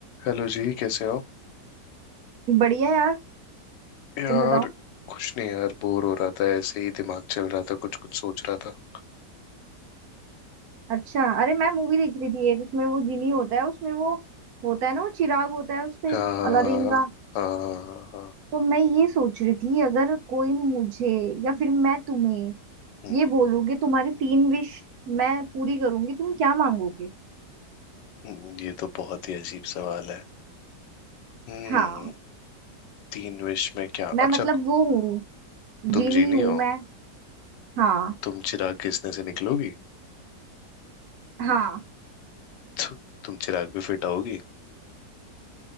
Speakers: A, on the left (about 85°); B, on the right (about 70°).
A: Hello जी कैसे हो
B: बढ़िया यार
A: यार
B: तुम बताओ
A: कुछ नहीं यार बोर हो रहा था ऐसे ही दिमाग चल रहा था कुछ कुछ सोच रहा था
B: अच्छा अरे मैं मूवी देख रही थी एक उसमें वो जिनी होता है उसमें वो होता है ना वो चिराग होता है उसपे
A: हाँ
B: अलादीन का
A: हाँ हाँ हाँ हाँ,
B: तो मैं ये सोच रही थी अगर कोई मुझे या फिर मैं तुम्हें
A: हम्म
B: ये बोलूंगी तुम्हारी तीन विश मैं पूरी करूंगी तुम क्या मांगोगे
A: हम्म, ये तो बहुत ही अजीब सवाल है हम्म
B: हाँ
A: तीन विश में क्या
B: मैं
A: अच्छा
B: मतलब वो हूँ
A: तुम
B: जिनी
A: जीनी
B: हूँ
A: हो
B: मैं हाँ
A: तुम चिराग घिसने से निकलोगी
B: हाँ
A: तु, तुम चिराग भी फिट आओगी